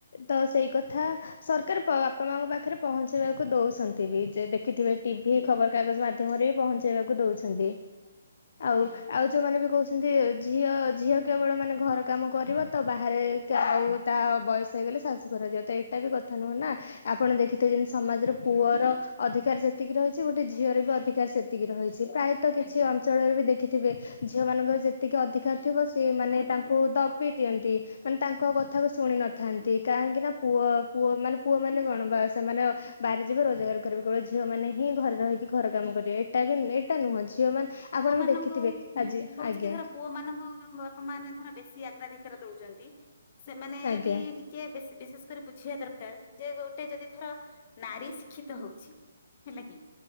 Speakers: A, on the left; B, on the left.
A: ତ ସେଇ କଥା ସରକାର ବାପା ମାଙ୍କ ପାଖରେ ପହଞ୍ଚେଇବାକୁ ଦଉଛନ୍ତି ବି ଦେଖିଥିବେ ଟିଭି ଖବର କାଗଜ ମାଧ୍ୟମରେ ବି ପହଞ୍ଚେଇବାକୁ ଦଉଛନ୍ତି।
B: ଆଜ୍ଞା
A: ଆଉ ଆଉ ଯୋଉମାନେ ବି କହୁ ସେମିତି ଝିଅ ଝିଅ କେବଳ ମାନେ ଘର କାମ କରିବ ତ ବାହାରେ ଆଉ ତା ବୟସ ହେଇଗଲେ ଶାଶୁଘର ଯିବ ତ ଏଇଟା ବି କଥା ନୁହେଁ ନା ଆପଣ ଦେଖିଥିବେ ଯେମିତି ସମାଜର ପୁଅର ଅଧିକାର ଯେତିକି ରହିଛି ଗୋଟେ ଝିଅର ବି ଅଧିକାର ସେତିକି ରହିଛି। ପ୍ରାୟତଃ କିଛି
B: ଆଜ୍ଞା
A: ଅଞ୍ଚଳରେ ବି ଦେଖି ଥିବେ ଝିଅ ମାନଙ୍କର ଯେତିକି ଅଧିକାର ଥିବ ସେି ମାନେ ତାଙ୍କୁ ଦବି ଦିଅନ୍ତି ମାନେ ତାଙ୍କ କଥାକୁ ଶୁଣି ନଥାନ୍ତି କାହିଁକି ନା ପୁଅ ପୁଅ ମାନେ ପୁଅ ମାନେ କଣ ବା ସେମାନେ ବାହ ଯିବେ ରୋଜଗାର କରିବେ କେଳ ଝିଅ ମାନେ ହିଁ ଘରେ ରହିକି ଘର କାମ କରିବେ ଏଇଟା ବି ଟା ନୁହଁ ଝିଅ ମାନେ
B: ପୁଅ
A: ଆପଣ
B: ମାନଙ୍କୁ
A: ବି ଦେଖିଥିବେ
B: ହୁଁ
A: ଆଜି
B: ମୁଁ କହୁଛି
A: ଆଜ୍ଞା
B: କି ଧର ପୁଅ ମାନଙ୍କୁ ଯୋଉ ବାପା ମାନେ ଧର ବେଶୀ ଆଗ୍ରାଧିକାର ଦଉଛନ୍ତି ସେମାନେ
A: ଆଜ୍ଞା
B: ବି ଟିକେ ବ ବିଶେଷ କରି ବୁଝିବା ଦରକାର ଯେ ଗୋଟେ ଯଦି ଧର ନାରୀ ଶିକ୍ଷିତ ହୋଉଛି ହେଲା କି